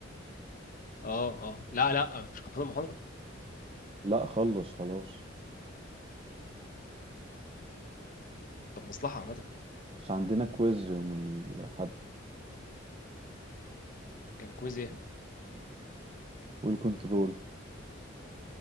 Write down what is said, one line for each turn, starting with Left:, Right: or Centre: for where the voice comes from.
Left: اه اه لا لا مش كان فاضل محاضرة
Right: لا خلص خلاص
Left: طب مصلحة عامة
Right: بس عندنا كويز يوم الاحد
Left: كان كويز ايه
Right: والكنترول